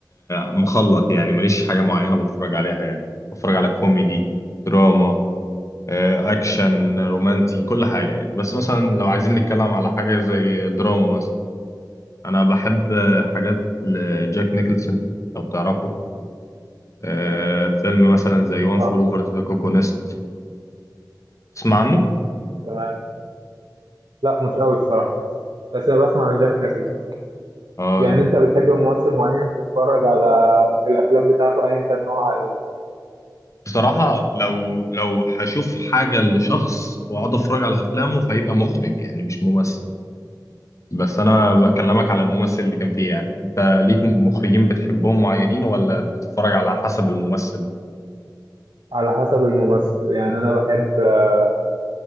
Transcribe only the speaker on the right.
اه
تمام لا مش قوي الصراحة بس انا بسمع عن جاك نيكلسون
يعني انت بتحب ممثل معين تتفرج على الافلام بتاعته ايا كان نوعها ايه
على حسب الممثل يعني انا بحب آه،